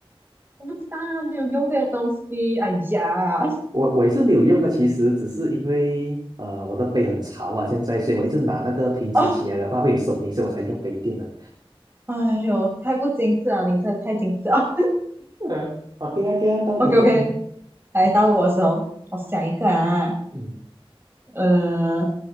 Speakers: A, on the right; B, on the right.
A: 我不知道啊没有用这些东西。哎呀，
B: 我我也是没有用的，其实只是因为呃我的杯很潮啊，现在所以我一直拿那个瓶子起来的话会有声音，
A: 哦，
B: 所以我才用杯垫的。
A: 哎呦，太不精致了，你真的太精致了。
B: <laughs> 嗯，OK 啊，OK 啊，
A: <laughs>
B: 到你到你，
A: OK OK，来到我的时候，我想一个啊，
B: 嗯，
A: 呃。